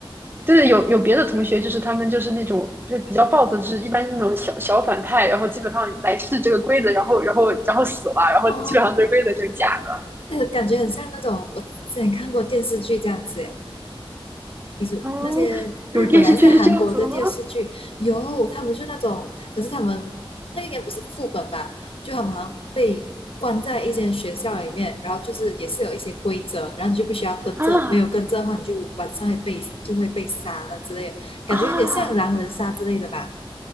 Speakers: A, on the right (about 25°); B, on the left (about 75°).
A: 对有有别的同学，就是他们就是那种就比较暴躁，就是一般是那种小小反派，然后基本上来试这个规则，然后然后然后死了，然后基本上这个规则就是假的。
B: 哦，那个感觉很像那种我之前看过电视剧这样子，比如那些日本还是韩国的电视剧，
A: 哦，有电视剧是这样子的吗？
B: 有他们就那种，可是他们那个应该不是副本吧？就他们好像被关在一间学校里面，然后就是也是有一些规则，然后你就必须要跟着，
A: 啊
B: 没有跟着的话，你就晚上会被就会被杀那之类的，感觉有点像狼人杀之类的吧。
A: 啊！